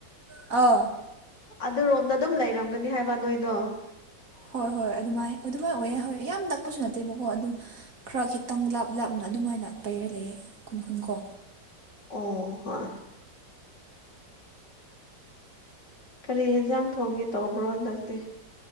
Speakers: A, on the right; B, on the left.
A: ꯑꯣ
B: ꯑꯗꯨ ꯔꯣꯝꯗ ꯑꯗꯨꯝ ꯂꯩꯔꯝꯒꯅꯤ ꯍꯥꯏꯕ ꯅꯣꯏꯗꯣ
A: ꯍꯣꯏ ꯍꯣꯏ ꯑꯗꯨꯃꯥꯏ ꯑꯗꯨꯃꯥꯏꯅ ꯑꯣꯏꯌꯦ ꯍꯣꯏ ꯌꯥꯝ ꯅꯛꯄꯁꯨ ꯅꯠꯇꯦꯕꯀꯣ ꯑꯗꯨꯝ ꯈꯔ ꯈꯤꯇꯪ ꯂꯥꯞ ꯂꯥꯞꯅ ꯑꯗꯨꯃꯥꯏꯅ ꯄꯩꯔ ꯂꯩꯌꯦ ꯈꯨꯟ ꯈꯨꯟ ꯀꯣ
B: ꯑꯣ ꯍꯣꯏ ꯀꯔꯤ ꯌꯦꯟꯖꯥꯡ ꯊꯣꯡꯒꯦ ꯇꯧꯕ꯭ꯔꯣ ꯍꯟꯗꯛꯇꯤ